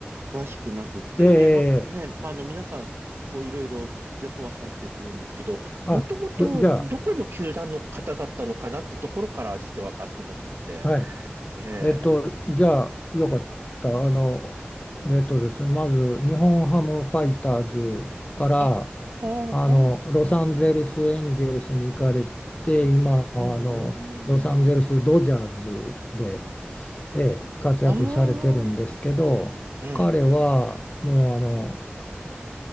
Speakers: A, on the right; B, on the left.
A: 詳しくなくって、
B: ええええ
A: で、なんかね、まあ、あの、皆さん、こう、いろいろ情報は入ってくるんですけど、
B: あよじゃあ
A: もともとどこの球団の方だったのかなってところからして分かってなくって、
B: はい
A: ええ
B: えっと、じゃあ、よかった。あの、えっとですね、まず、日本ハムファイターズから、
A: あ、ああ、
B: あの、
A: うん、
B: ロサンゼルスエンジェルスに行かれて、
A: うん、
B: 今、
A: うん、
B: あの、ロサンゼルスドジャーズで、
A: うん。うん
B: ええ、活躍されてるんですけど、
A: ああ、ええ、
B: 彼は、もう、あの、